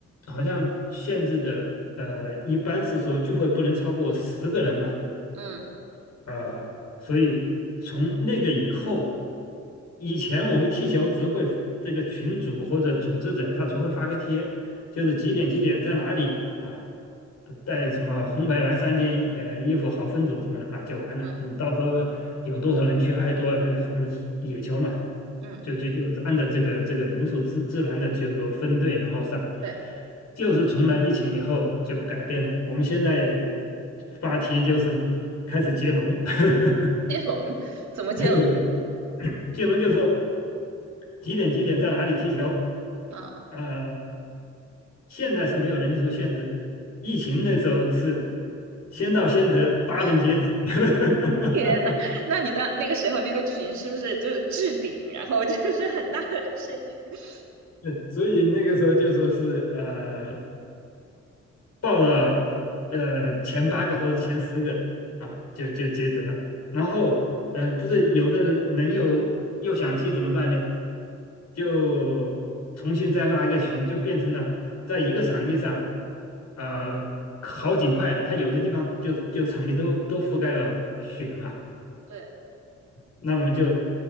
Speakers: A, on the left; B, on the right.
A: 好像限制的呃，一般是说聚会不能超过十个人吧。
B: 嗯
A: 啊，所以从那个以后，以前我们踢球只会这个群主或者组织者他只会发个贴，就是几点几点在哪里啊，带什么红白蓝三件呃衣服好分组什么的啊就完了。
B: 嗯，
A: 你到时候有多少人去，爱多少人，反正是野球嘛，
B: 嗯，
A: 就就就按照这个这个人数自自然的就是说分队然后上，
B: 对，
A: 就是从那疫情以后就改变了。我们现在发帖就是开始接龙，<laughs>
B: 接龙怎么接龙？
A: 对对对接龙就说几点几点在哪里踢球，
B: 啊
A: 呃，现在是没有人数限制，疫情那时候是先到先得，八人截止。
B: 哦，
A: <laughs>
B: 天呐，那你的那个时候那个群是不是就是置顶，然后就是很大的声音？<laughs>
A: 对所以那个时候就说是呃，报了呃前八个或者前十个啊，就就截止了。然后嗯、呃不是有的人人又又想踢怎么办呢？就重新再拉一个群，就变成了在一个场地上啊、好几块，它有的地方就就场地都都覆盖了雪嘛。
B: 对，
A: 那我们就